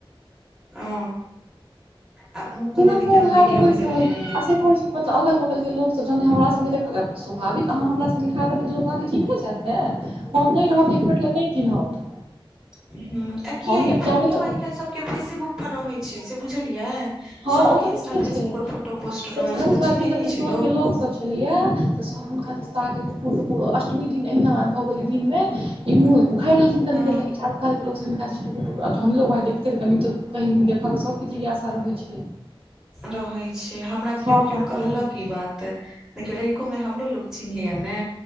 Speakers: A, in the centre; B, on the right.
A: ओ आ मुकुल
B: पूरा
A: दीदी
B: म
A: के हम
B: घाय
A: वीडियो
B: नहिबै
A: मे
B: सल
A: देखने
B: कह
A: रहियै
B: मतलब अगल बगल के लोक सब जहने हमरा संगे देखल स्वभाविक अहाँ हमरा संगे। अहाँकेँ चिन्हे जायत ने हम नहि रहब एक पोट ल नहि चिन्हत।
A: हूं आ किया
B: हम
A: की फोटो
B: जाबे तक
A: आइ काल्हि सबके फेसेबुक पर रहैत छै से बुझलियै।
B: हँ
A: सबके
B: ओ तऽ
A: इंस्टा
B: रहते
A: फेसबुक
B: छै
A: पर फोटो पोस्ट
B: से
A: रहै
B: चारूकात
A: छै तऽ चिन्है
B: के जे
A: नहि छै
B: टोल के लोक
A: हूँ
B: सब छलै या से सब। हुनकादिस्ताके टुकुर टुकुर अष्टमी दिन एहिना भऽ गेलै दिनमे। मुंह उघाइर लेलखिन कनी
A: हँ
B: देर लै की चारूकात के लोक सब हिनका दिस टुकुर-टुकुर। देखतै तऽ कनि त कहीं दिन देखऽके सबकेु जिज्ञासा रहैत छै।
A: रहै छै हमरा
B: सभ
A: केओ केओ
B: पागल
A: कहलक
B: लगलै
A: ई बात देखिन। एको मे हमरो लोग चिन्हैया ने